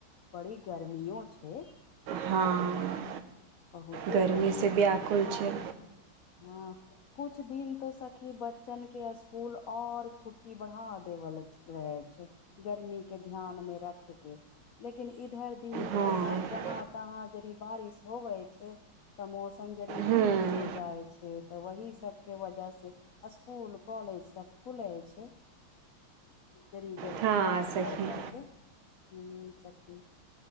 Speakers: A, on the left; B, on the right.
A: बड़ी गर्मियो छै।
B: हँ
A: बहुते
B: गर्मी त व्याकुल
A: छै
B: छै।
A: हँ कुछ दिन त सखी बच बच्चा के स्कूल और छुट्टी बढ़ा देवल रहे छै। गर्मी के ध्यान मे रखके लेकिन इधर दिन
B: हँ
A: जहाँ जहा तहाँ यदि बारिश होवे छै त मौसम जड़ी नीक
B: हूँ
A: हो जाइ छै। छै त वही सब के वजह से स्कुल कॉलेज सब खुले छै। जरी जर
B: हँ
A: यहां
B: सही
A: कर करके हं सची